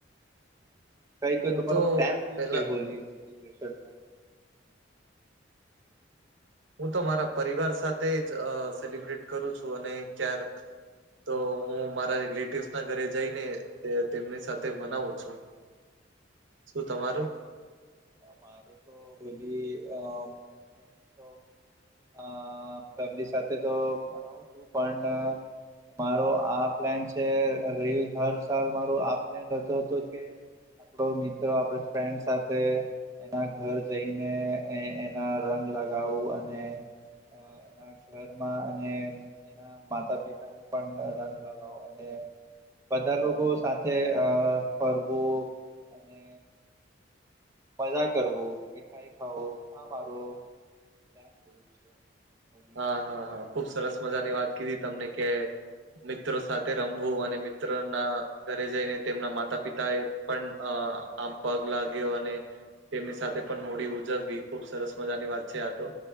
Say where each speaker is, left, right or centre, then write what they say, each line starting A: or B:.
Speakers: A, on the right (about 15°); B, on the right (about 75°).
A: કઈ કોઈ
B: હું
A: તમારો
B: તો
A: પ્લાન શું
B: પેલા
A: છે, હોલી સેલિબ્રેશન નો?
B: હું તો મારા પરિવાર સાથેજ અ સેલિબ્રેટ કરું છું, અને ક્યાંક તો હું મારા રિલેટિવસ ના ઘરે જઈને, તે તેમની સાથે મનાવું છું. શું તમારું?
A: મારેતો હોલી અ <unintelligible> હુતો અ ફેમિલી સાથે તો મનાવું છું, પણ મારો આ પ્લાન છે, રહી હર સાલ મારો આ પ્લાન રહેતો હતો, કે આપડો મિત્ર આપડે ફ્રેન્ડ સાથે એના ઘર જઈને, એ એના રંગ લગાવું, અને અ અ એના ઘરમાં અને એના માતા, પિતા ને પણ રંગ લગાવો, અને બધા લોકો સાથે અ ફરવું, અને મજા કરવું, મીઠાઈ ખાવું, આ મારુ પ્લાન હોય છે. હોલીનો
B: હા હા હા, ખુબ સરસ મજાની વાત કીધી તમને કે મિત્ર સાથે રમવું, અને મિત્રો ના ઘરે જઈને તેમના માતા પિતા એ પણ અ આમ પગ લાગ્યો અને તેમની સાથે પણ હોડી ઉજવવી, ખુબ સરસ મજાની વાત છે આ તો,